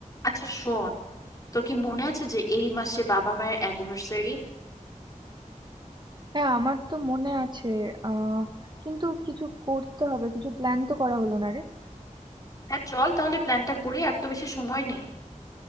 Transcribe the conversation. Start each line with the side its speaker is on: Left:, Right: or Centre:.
Left: আচ্ছা শোন তোর কি মনে আছে যে এই মাসে বাবা মায়ের অ্যানিভার্সারি
Right: হ্যাঁ আমার তো মনে আছে আহ কিন্তু কিছু করতে হবে কিছু প্ল্যান তো করা হলো না রে
Left: হ্যাঁ চল তাহলে প্ল্যানটা করি আর তো বেশি সময় নেই